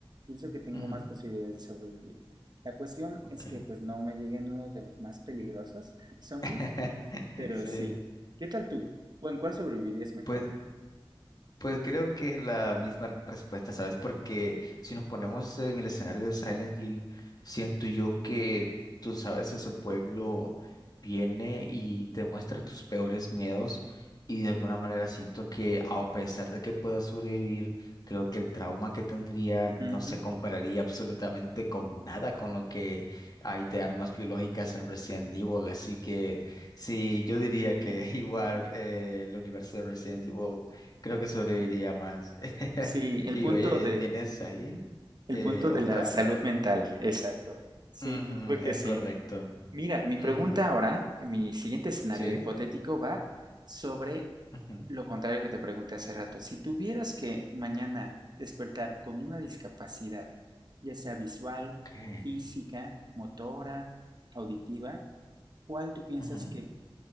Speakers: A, on the right (about 50°); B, on the left (about 45°).
A: pienso que tengo
B: ujú,
A: más posibilidades de sobrevivir. La cuestión
B: ok.
A: es que pues no me lleguen unos de los más peligrosos <laughs> zombies,
B: <laughs>
A: pero
B: Sí.
A: sí. ¿Qué tal tú? ¿O en cuál sobrevivirías mejor?
B: Pues Pues creo que la misma respuesta, ¿sabes? Porque si nos ponemos en el escenario de Silent Hill, siento yo que, tú sabes, ese pueblo viene y te muestra tus peores miedos y de alguna manera siento que a pesar de que puedas sobrevivir, creo que el trauma que tendría no
A: Ujú.
B: se compararía absolutamente con nada con lo que hay de armas biológicas en Resident Evil. Así que sí, yo diría que <laughs> igual eh, el universo de Resident Evil. Creo que sobreviviría más. <laughs>
A: Sí,
B: Y
A: el punto
B: oye,
A: de,
B: ¿tienes ahí
A: el
B: eh,
A: punto de
B: otra?
A: la salud
B: ot-
A: mental, exacto. Sí,
B: Ujú,
A: yo creo que
B: es
A: sí.
B: correcto.
A: Mira, mi
B: Ujú,
A: pregunta ahora, mi siguiente escenario
B: sí.
A: hipotético va sobre
B: ujú,
A: lo contrario que te pregunté hace rato. Si tuvieras que mañana despertar con una discapacidad, ya sea visual,
B: ok,
A: física, motora, auditiva, ¿cuál tú piensas
B: ujú.
A: que